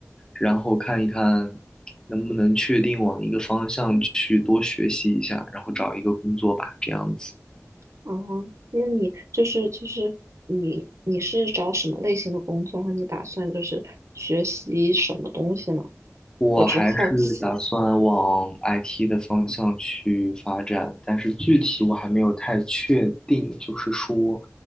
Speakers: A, on the left; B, on the right.
A: 然后看一看能不能确定往一个方向去多学习一下，然后找一个工作吧，这样子。
B: 哦，那你就是就是你你是找什么类型的工作？然后你打算就是学习什么东西呢？
A: 我还是打算往
B: 我只好奇。
A: IT 的方向去发展，但是具体我还没有太确定，就是说